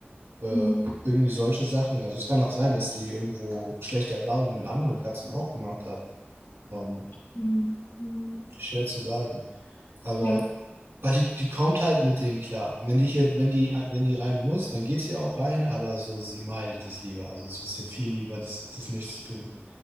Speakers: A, on the right; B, on the left.
A: Äh,
B: mhm,
A: irgendwie solche Sachen. Also es kann auch sein, dass die irgendwo schlechte Erfahrungen mit anderen Katzen auch gemacht hat. Ähm,
B: mhm, mhm.
A: schwer zu sagen. Aber
B: Ja, das
A: Weil die, die kommt halt mit denen klar. Und Wenn die hier, wenn die, wenn die rein muss, dann geht sie auch rein, aber so, sie meidet es lieber. Also es ist ihr viel lieber, das, das nicht zu tun,